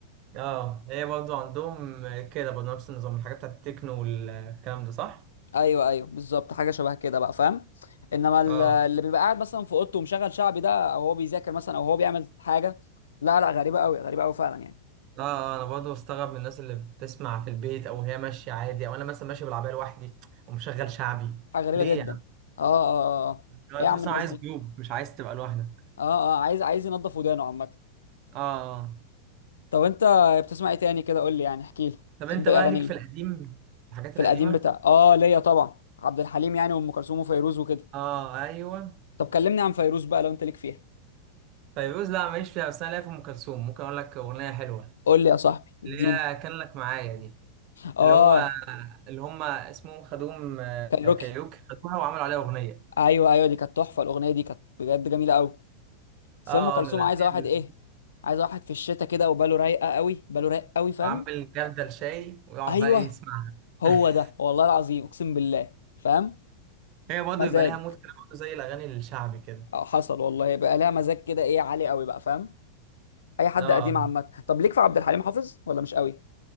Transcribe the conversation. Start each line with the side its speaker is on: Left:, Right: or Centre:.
Right: اه هي برضو عندهم كده برضو نفس النظام الحاجات بتاعت التكنو والكلام ده صح
Left: ايوه ايوه بالظبط حاجة شبه كده بقى فاهم انما ال-
Right: اه
Left: اللي بيبقى قاعد مثلا في اوضته ومشغل شعبي ده او هو بيذاكر مثلا او هو بيعمل حاجة لا لا غريبة قوي غريبة قوي فعلا يعني
Right: اه انا برضه بستغرب من الناس اللي بتسمع في البيت او هي ماشيه عادي او انا مثلا ماشي بالعربيه لوحدي ومشغل شعبي
Left: حاجة غريبة
Right: ليه
Left: جدا
Right: يا عم
Left: اه اه اه آه.
Right: آه،
Left: ايه
Right: آه، تحس
Left: يا عم الناس
Right: إن عايز
Left: دي
Right: جروب مش عايز تبقى لوحدك
Left: اه اه عايز عايز ينضف ودانه عامة
Right: اه آه.
Left: طب انت بتسمع ايه تاني كده قول لي يعني احكي لي
Right: طب
Left: تحب
Right: انت
Left: ايه
Right: بقى
Left: اغاني
Right: ليك
Left: ايه
Right: في القديم الحاجات
Left: في
Right: القديمه
Left: القديم بتاع اه ليا طبعا عبد الحليم يعني وام كلثوم وفيروز وكده
Right: اه ايوه
Left: طب كلمني عن فيروز بقى لو انت ليك فيها
Right: فيروز لا ماليش فيها بس انا ليا في ام كلثوم ممكن اقول لك اغنيه حلوه
Left: قول لي يا صاحبي اديني
Right: اللي هي كان لك معايا دي
Left: اه
Right: اللي هو اللي هم اسمهم خدوم آه،
Left: كايروكي
Right: كايروكي خدوها وعملوا عليها اغنيه
Left: ايوه ايوه دي كانت تحفه الاغنيه دي كانت بجد جميله قوي بس
Right: اه
Left: ام كلثوم
Right: آه، من الاغاني
Left: عايزه واحد
Right: اللي
Left: ايه عايزه واحد في الشتاء كده وباله رايقه قوي باله رايق قوي فاهم
Right: عامل جردل شاي ويقعد
Left: ايوه
Right: بقى ايه يسمعها
Left: هو
Right: <laughs>
Left: ده والله العظيم اقسم بالله فاهم
Right: هي برضه
Left: مزاج
Right: بيبقى ليها مود كده برضه زي الاغاني الشعبي كده
Left: اه حصل والله بقى لها مزاج كده ايه عالي قوي بقى فاهم اي حد
Right: اه
Left: قديم عامه طب ليك في عبد الحليم حافظ ولا مش قوي